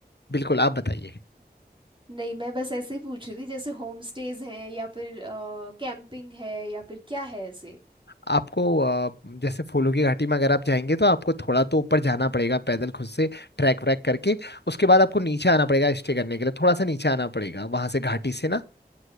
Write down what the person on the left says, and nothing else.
बिल्कुल आप बताइए
आपको अ, जैसे फूलों की घाटी में अगर आप जाएंगे तो आपको थोड़ा तो ऊपर जाना पड़ेगा पैदल खुद से ट्रैक व्रैक करके उसके बाद आपको नीचे आना पड़ेगा स्टे करने के लिए थोड़ा सा नीचे आना पड़ेगा वहां से घाटी से ना